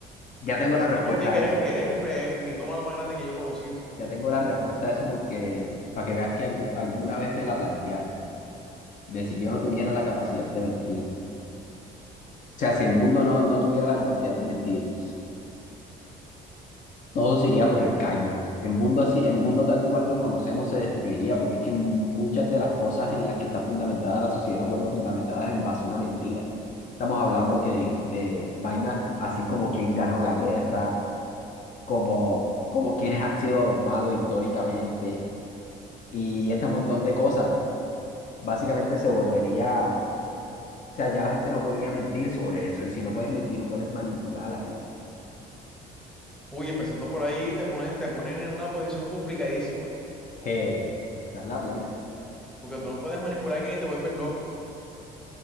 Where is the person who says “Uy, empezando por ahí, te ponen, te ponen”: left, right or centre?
Centre